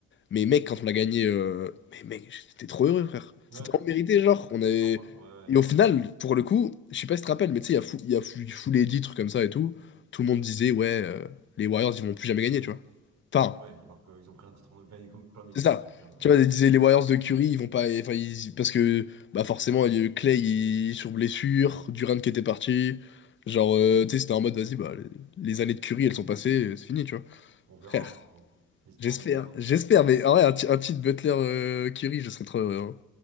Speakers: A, on the left; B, on the right.
A: Mais mec, quand on a gagné. euh, Mais mec, j'étais trop heureux, frère.
B: Ouais,
A: C'était en mérité, genre. On avait...
B: normal, ouais.
A: Et
B: ouais.
A: au final, pour le coup, je sais pas si tu te rappelles, mais tu sais, il y a fou, il y a fou, fou les titres comme ça et tout. Tout le monde disait, ouais, euh, les Warriors, ils vont plus jamais gagner, tu vois. Enfin,
B: Ouais, alors qu'ils ont pris un titre en... Enfin, comme plein d'équipes,
A: c'est ça.
B: de toute façon, au final. euh,
A: Tu vois, les les Warriors de Curry, ils vont pas. Enfin, ils- parce que bah forcément, il y a eu Clay il- sur blessure, Durant qui était parti. Genre, euh,
B: Ouais,
A: tu sais, c'était en mode, vas-y, bah, les années de Curry, elles sont passées, c'est fini, tu vois.
B: on verra,
A: Frère,
B: hein, de toute façon. L'histoire
A: j'espère,
B: nous le dira.
A: j'espère, mais en vrai, un, ti- un titre Butler euh, Curry, je serais trop heureux. hein.